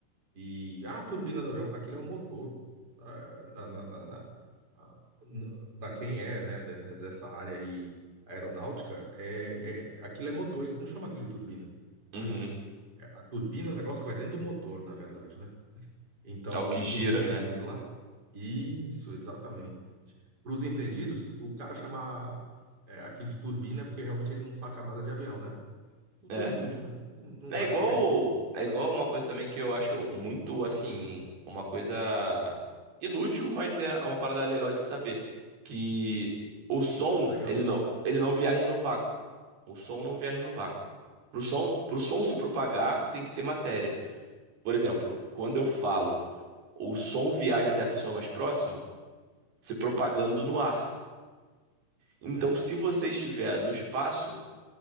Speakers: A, on the right (about 25°); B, on the right (about 75°).
A: E ah, a turbina do avião, aquilo é o motor. Ah, Na, na, na, na- ah, na- pra quem é, né, de- de- dessa área aí aeronáutica, é, é, aquilo é motor, eles não chamam aquilo de turbina.
B: Uhum.
A: né? A turbina é um negócio que vai dentro do motor, na verdade, né? Então,
B: É o que gira,
A: para os entendidos
B: né?
A: lá, isso, exatamente. Para os entendidos, o cara chamar é, aquilo de turbina é porque realmente ele não saca nada de avião, né? Cultura
B: É.
A: inútil, né? Não
B: É
A: vai
B: igual,
A: nem vem.
B: é igual uma coisa também que eu acho muito, assim, uma coisa inútil, mas é uma parada legal de se saber, que o som,
A: É legal.
B: ele não, ele não viaja no vácuo. O som não viaja no vácuo. Pro som, pro som se propagar, tem que ter matéria. Por exemplo, quando eu falo, o som viaja até a pessoa mais próxima, se propagando no ar. Então,
A: É.
B: se você estiver no espaço